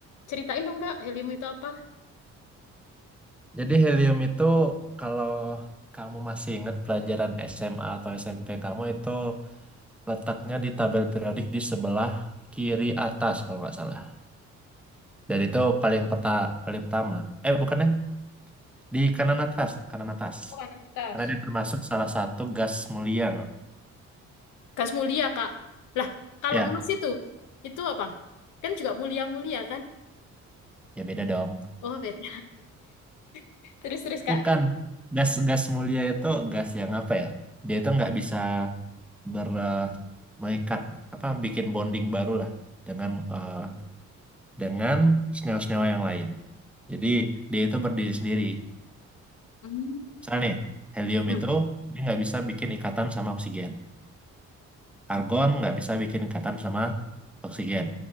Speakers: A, on the left; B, in the centre.
A: Ceritain dong kak, helium itu apa?
B: Jadi helium itu kalau kamu masih ingat pelajaran SMA atau SMP kamu itu letaknya di tabel periodik di sebelah kiri atas kalau nggak salah. Dan itu paling peta paling pertama. Eh bukannya di kanan atas, kanan atas.
A: Bukan atas.
B: Karena dia termasuk salah satu gas mulia. Bro.
A: Gas mulia, Kak. Lah, kalau
B: Ya,
A: emas itu, itu apa? Kan juga mulia-mulia, kan?
B: ya beda dong.
A: Oh, beda. <laughs> Terus-terus, Kak.
B: Bukan. Gas gas mulia itu gas yang apa ya? Dia itu nggak bisa ber eh, mengikat apa bikin bonding baru lah dengan eh, dengan senyawa-senyawa yang lain. Jadi dia itu berdiri sendiri.
A: Hmm.
B: Misalnya nih, helium
A: Hmm.
B: itu dia nggak bisa bikin ikatan sama oksigen. Argon nggak bisa bikin ikatan sama oksigen.